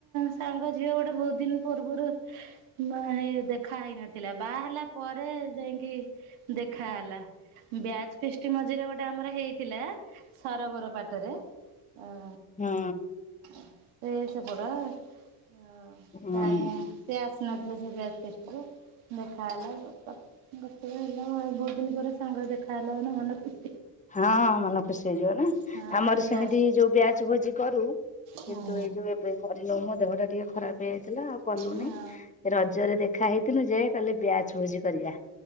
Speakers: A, on the right (about 80°); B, on the left (about 15°).
A: ସାଙ୍ଗ ଝିଅ ଗୋଟେ ବହୁତ ଦିନ ପୂର୍ବରୁ ନା ଏଇ ଦେଖା ହେଇ ନଥିଲା ବାହା ହେଲା ପରେ ଯାଇକି ଦେଖାହେଲା। ବ୍ୟାଚ ଫେଷ୍ଟ ମଝିରେ ଗୋଟେ ଆମର ହେଇଥିଲା ସାରବର ପାଟରେ ଅ
B: ହଁ
A: ସେଇ ସେ ପଟ ଅ
B: ହୁଁ ହୁଁ
A: କାଇଁ ସେ ଆସ ସି ନ ଥିଲା ସେ ବ୍ୟାଚ୍ ଫିଷ୍ଟରେ। ଦେଖା ହେଲା ଗ ଗୋଟେ ହେଲା ବହୁତ ଦିନ ପରେ ସାଙ୍ଗ ଦେଖା ହେଲା ମାନେ ମନ ଖୁ
B: ହଁ ମନ ଖୁସି ହେଇଯିବ ନା।
A: ହଁ
B: ଆମର
A: ଏଇଆ
B: ସେମିତି ଯୋଉ ବ୍ୟାଚ ଭୋଜି କରୁ
A: ହଁ
B: କିନ୍ତୁ ଏଇ ଯୋଉ ଏବେ କରିନଉ ମୋ ଦେହ ଟା ଟିକେ ଖରାପ ହେଇଯାଇଥିଲା ଆଉ କଲୁନାଇଁ।
A: ହଁ
B: ରଜରେ ଦେଖା ହେଇଥିଲୁ ଯେ କହିଲେ ବ୍ୟାଚ ବୁଜି କରିବା।